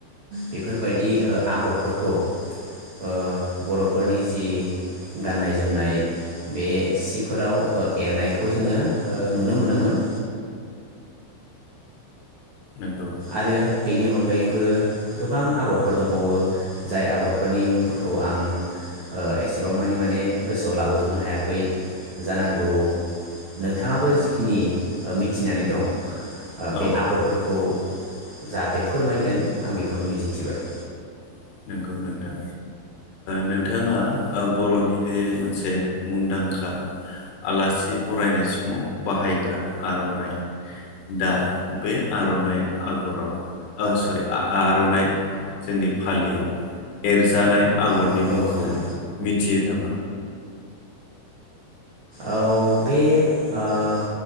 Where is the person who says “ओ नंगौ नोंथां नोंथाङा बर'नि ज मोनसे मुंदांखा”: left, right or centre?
Left